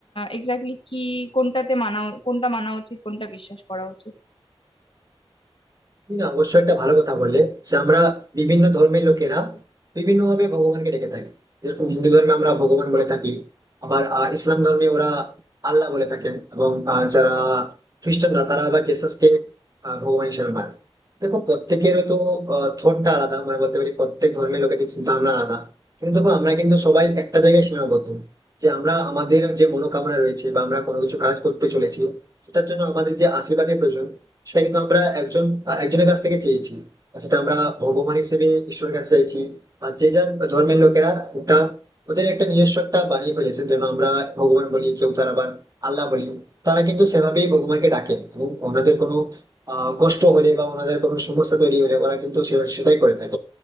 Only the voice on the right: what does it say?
তুমি না অবশ্যই একটা ভালো কথা বললে যে আমরা বিভিন্ন ধর্মের লোকেরা বিভিন্ন ভাবে ভগবানকে ডেকে থাকি যেরকম হিন্দু ধর্মে আমরা ভগবান বলে থাকি আবার আহ, ইসলাম ধর্মে ওরা আল্লাহ বলে থাকেন এবং আহ, যারা খ্রিস্টানরা তারা আবার জেসাসকে আহ, ভগবান হিসেবে মানে দেখো প্রত্যেকের তো থটটা আলাদা মানে বলতে পারি প্রত্যেক ধর্মের লোকেদের চিন্তা ভাবনা আলাদা কিন্তু দেখো আমরা কিন্তু সবাই একটা জায়গায় সীমাবদ্ধ যে আমরা আমাদের যে মনোকামনা রয়েছে বা আমরা কোনো কিছু কাজ করতে চলেছি সেটার জন্য আমাদের যে আশীর্বাদের প্রয়োজন সেটা কিন্তু আমরা একজন আহ, একজনের কাছ থেকে চেয়েছি আর সেটা আমরা ভগবান হিসেবে ঈশ্বরের কাছে চাইছি আর যে যার ধর্মের লোকেরা ওটা ওদের একটা নিজস্ব একটা বানিয়ে ফেলেছেন যেন আমরা ভগবান বলি কেউ তার আবার আল্লাহ বলি তারা কিন্তু সেভাবেই ভগবানকে ডাকেন এবং ওনাদের কোনো আহ কষ্ট হলে বা ওনাদের কোনো সমস্যা তৈরি হলে ওরা কিন্তু সে- সেটাই করে থাকে